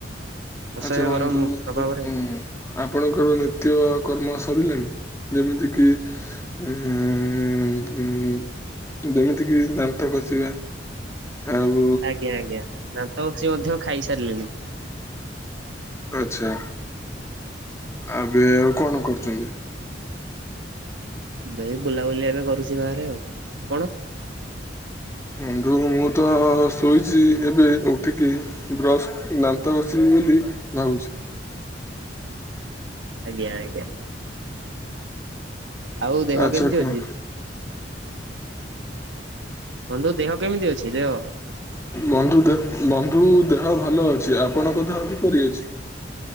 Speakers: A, on the right; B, on the left.
A: ଅସହ୍ୟ
B: ଆଚ୍ଛା ବନ୍ଧୁ
A: ଗରମ ପ୍ରଭାବରେ
B: ଉ ଆପଣଙ୍କର ନିତ୍ୟ କର୍ମ ସରିଲାଣିି? ଯେମିତି କିି ଉଁ ଯେମିତି କିି ଦାନ୍ତ ଘଷିବା ଆଉ
A: ଆଜ୍ଞା ଆଜ୍ଞା ଦାନ୍ତ ଘଷି ମଧ୍ୟ ଖାଇସାରିଲେଣିି।
B: ଆଚ୍ଛା ଏବେ ଆଉ କଣ କରୁଚନ୍ତି?
A: ଏଇ ବୁଲାବୁଲି ଏବେ କରୁଛି ବାହାରେ ଆଉ। କଣ?
B: ବନ୍ଧୁ ମୁଁ ତ ଶୋଇଛି ଏବେ ଉଠିକି ବ୍ରଶ ଦାନ୍ତ ଘଷି ବିଲି ଭାବୁଛି।
A: ଆଜ୍ଞା ଆଜ୍ଞା। ଆଉ ଦେହ
B: ଆଚ୍ଛା
A: କେମତି
B: କୁହ
A: ଅଛି? ବନ୍ଧୁ ଦେହ କେମିତି ଅଛି? ଦେହ?
B: ବନ୍ଧୁ ଦେ ବନ୍ଧୁ ଦେ ଦେହ ଭଲ ଅଛି ଆପଣଙ୍କ ଦେହ କିପରି ଅଛି?